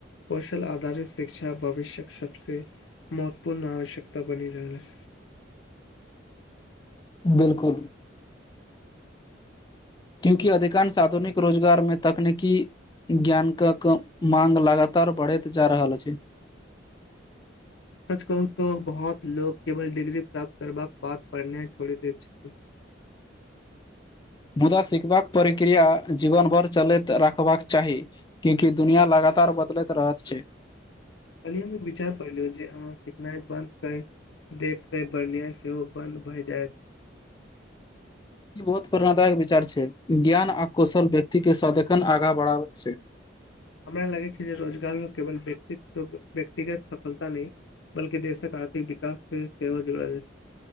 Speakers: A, on the left (about 80°); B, on the left (about 25°).
A: कौशल आधारित शिक्षा भविष्यक सबसे महत्वपूर्ण आवश्यकता बनी रहलै।
B: बिल्कुल। क्युकि अधिकांश आधुनिक रोजगार मे तकनीकी ज्ञान कऽ के मांग लगातार बढ़ैत जा रहल अछि।
A: सच कहू तो बहुत लोग केवल डिग्री प्राप्त करबाक बाद पढ़नाई छोड़ि दैत छथिन।
B: मुदा सिखबाक प्रक्रिया जीवन भर चलैत राखबाक चाही। क्योंकि दुनिया लगातार बदलैत रहत छै।
A: कल्हि हम एक विचार पढलियों जे, अहाँ सिखनाइ बन्द कर देब, केँ पढ़नाई सेहो बंद भय जायत।
B: ई बहुत प्रेरणादायक विचार छै, ज्ञान आ कौशल व्यक्ति के सदिखण आगां बढ़ाबै छै।
A: हमरा लगे छै जे रोजगार केवल, व्यक्त्व- व्यक्तिगत सफलता न बल्कि देशक आर्थिक विकास से सेहो जुड़ल अइछ।